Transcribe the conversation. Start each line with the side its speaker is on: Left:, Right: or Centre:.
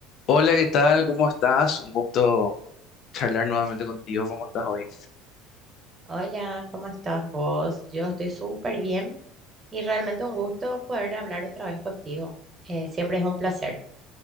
Left: Hola, ¿qué tal? ¿Cómo estás? Un gusto charlar nuevamente contigo. ¿Cómo estás hoy?
Right: Hola, ¿cómo estás vos? Yo estoy súper bien y realmente un gusto poder hablar otra vez contigo. Eh, siempre es un placer,